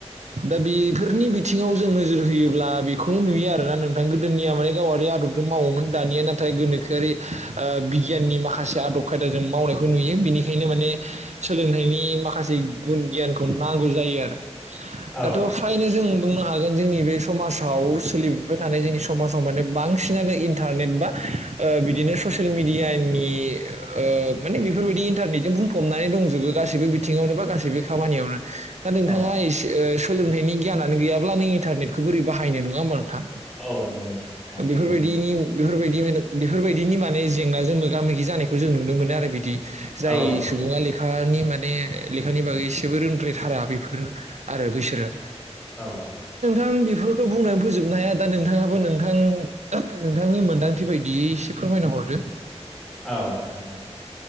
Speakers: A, on the right; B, in the centre.
A: दा बेफोरनि बिदि बिथिङाव जों नोजोर होयोब्ला बेखौनो नुयो आरोना नोंथां गोदोनिया माने गावारि आदबजों मावोमोन दानिया नाथाय गोनोखोआरि ओ बिगियाननि माखा माखासे आदब खायदा जों मावनायखौ नुयो बिनिखायनो माने सोलोंथाइनि माखासे गुन गियानखौ नांगौ जायो आरो
B: औ
A: दाथ' फ्रायनो जोङो बुंनो हागोन जोंनि बे समाजाव सोलिफुबाय थानाय जोंनि समाजाव माने बांसिनानो इन्टारनेट बा ओ बिदिनो ससियेल मिडियानि ओ माने बेफोरबायदि इन्टारनेटजों बुंफबनानै दंजोबो गासैबो बिथिङावनो बा गासैबो खामानियावनो दा नोंथाङा
B: औ
A: एसे ओ सोलोंथाइनि गियानानो गैयाब्ला नों इन्टारनेटखौ बोरै बाहायनो नङा होमबा नोंथां
B: औ नंगौ नोंथां नोंथाङा थिगखौनो
A: बेफोरबायदिनि
B: बुंदों।
A: बेफोरबायदि माने बेफोरबायदिनि माने जेंनाजों मोगा मोगि जानायखौ जों नुनो मोनो आरो बिदि जाय
B: औ
A: सुबुङा लेखा खानि माने लेखानि बागै एसेबो रोंद्रायथारा बेफोर आरो बैसोरो
B: औ।
A: ओं बेफोरखौ बुंनानै फोजोबनो हाया दा नोंथाङाबो नोंथां नोंथांनि मोन्दांथि बायदि एसे फोरमायना हरदो।
B: औ नोंथां औ